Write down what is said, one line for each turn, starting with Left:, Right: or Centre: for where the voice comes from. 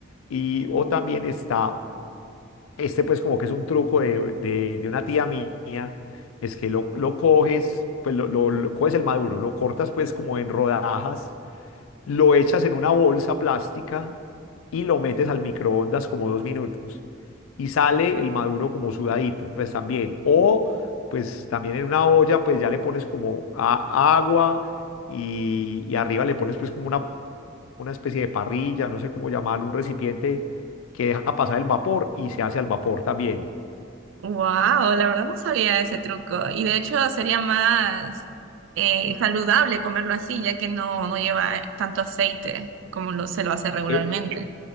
Left: y o también está este pues como que es un truco de, de- de una tía mía, es que lo, lo coges, pues lo, lo- lo coges el maduro, lo cortas pues como en rodajas, lo echas en una bolsa plástica y lo metes al microondas como dos minutos y sale el maduro como sudadito, pues también. O pues también en una olla, pues ya le pones como a- agua y, y arriba le pones pues como una, una especie de parrilla, no sé cómo llamarlo, un recipiente que deja pasar el vapor y se hace al vapor también.
Right: wow, la verdad no sabía ese truco. Y de hecho sería más eh, saludable comerlo así, ya que no, no lleva tanto aceite como lo, se lo hace regularmente.
Left: El,